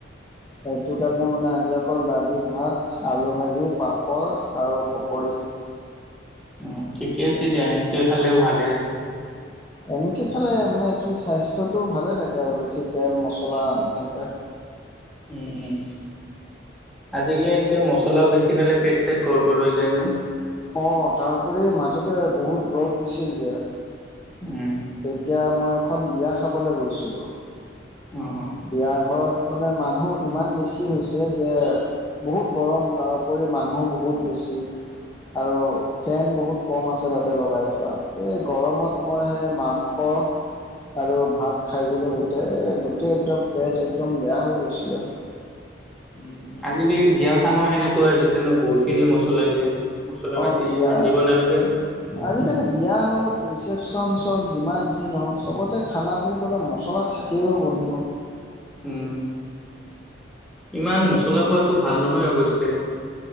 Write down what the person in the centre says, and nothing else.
উম, ঠিকেই আছে দিয়া। এনকে খালেও ভালে আছে।
উম,
উম, উম, আজিকালি এনকে মছলা বেছি খালে পেট-চেট গৰ্বৰ হৈ যায় ন?
উম।
অ', অ'।
উম,
উম,
উ, আজিকালি বিয়াৰ খানাও সেনেকুৱা হৈ গৈছে ন'? বহুত খিনি মছলা দিয়ে। মছলা পাতি
ইমান দিব নালাগে।
উম। ইমান মছলা খোৱাটো ভাল নহয় অৱশ্যে।